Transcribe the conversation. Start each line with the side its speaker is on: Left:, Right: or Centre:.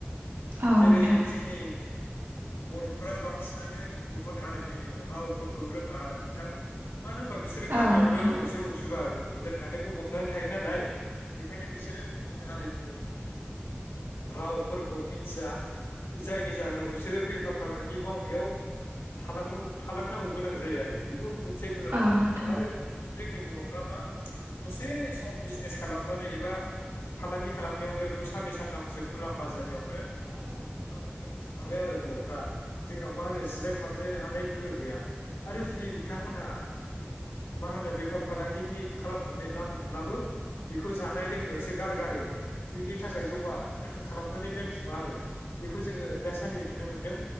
Right: औ
Left: जेरै
Right: नोंथां
Left: जोंनि बर'फोरा बांसिनानो गुबुन हारिनि रावफोरखौ रोंङा आरो नोंथां। मानो होनबा बिसोरो गामियावनो
Right: औ नोंथां
Left: जौ जुवा लोंनानै गफबनानै थायो नालाय बेखायनो बिसोरो गुबुन हारिनि रावफोरखौ मिथि या जायनि जाहोनाव बिसोरो बेफार फालांगि मावनायाव थाल थालांनांगौ गोनां जायो आरो बेबो मोनसे
Right: औ नोंथां औ
Left: आरो जोंनि बर'फ्रा मा दसे सम बिजनेस खालामबानो एबा फालांगि खालामनायावनो द साननै सानथामसो मुलाम्फा जायियावनो
Right: औ
Left: आरो बर'फ्रा जोंनाव मा होनो जिरायथाबनो हानाय गोहो गैया। आरो जुदि बिथांमोनहा मा होनो बेफार फालांगिनि खालामनानै मोनब्लाबो बेखौ जानाय लोंनायावसो गारगारो। इनि थाखाय जमा खालामनानै दोनथुम मा आरो बेखौ जोङो दासान्दि नुनो मोनदों